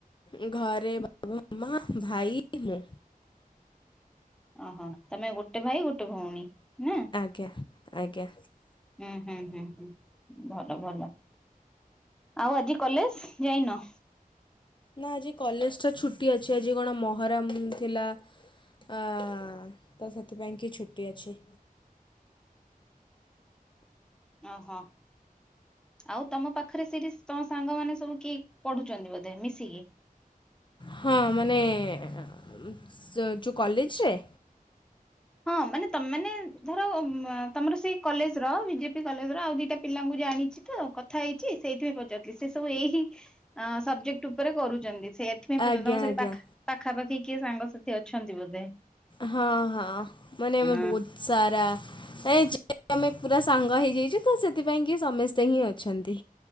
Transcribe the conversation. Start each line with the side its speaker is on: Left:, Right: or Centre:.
Left: ଏ ଘରେ ବାବା, ମା, ଭାଇ, ମୁଁ।
Centre: ଓହୋ ତମେ ଗୋଟେ ଭାଇ ଗୋଟେ ଭଉଣୀ ନା?
Left: ଆଜ୍ଞା ଆଜ୍ଞା।
Centre: ଉଁ ହୁଁ ହୁଁ ହୁଁ ଭଲ ଭଲ ଆଉ ଆଜି କଲେଜ? ଯାଇନ।
Left: ନା ଆଜି କଲେଜ ଟା ଛୁଟି ଅଛି ଆଜି କଣ ମହରମ ଥିଲା। ଆ ତ ସେଥିପାଇଁ କି ଛୁଟି ଅଛି।
Centre: ଓହୋ। ଆଉ ତମ ପାଖରେ ସିରିସ ତମ ସାଙ୍ଗମାନେ ସବୁ କିଏ ପଢୁଛନ୍ତି ବୋଧେ ମିଶିକି?
Left: ହଁ ମାନେ ଏ ଉଁ ସ ଯଉ କଲେଜରେ?
Centre: ହଁ ମାନେ ତମ ମାନେ ଧର ଉଁ ଆ ତମର ସେଇ କଲେଜର ବି ଜେ ପି କଲେଜ ର ଆଉ ଦିଟା ପିଲାଙ୍କୁ ଜାଣିଛି। ତ କଥା ହେଇଛି ସେଇଥିପାଇଁ ପଚାରୁଥିଲି ସେ ସବୁ ଏଇ ହିଁ ଅଁ ସବଜେକ୍ଟ ଉପରେ କରୁଛନ୍ତି ସେ ଥିପାଇଁ ପଚାରିଲି
Left: ଆଜ୍ଞା
Centre: ତମର ସେଠି
Left: ଆଜ୍ଞା।
Centre: ପାଖ ପାଖାପାଖି କିଏ ସାଙ୍ଗସାଥି ଅଛନ୍ତି ବୋଧେ।
Left: ହଁ ହଁ ମାନେ
Centre: ହଁ
Left: ଆମେ ବହୁତ ସାରା। ନାଇଁ ଯେ ଆମେ ପୁରା ସାଙ୍ଗ ହେଇଯାଇଛୁ ତ ସେଥିପାଇଁ କି ସମେସ୍ତେ ହିଁ ଅଛନ୍ତି।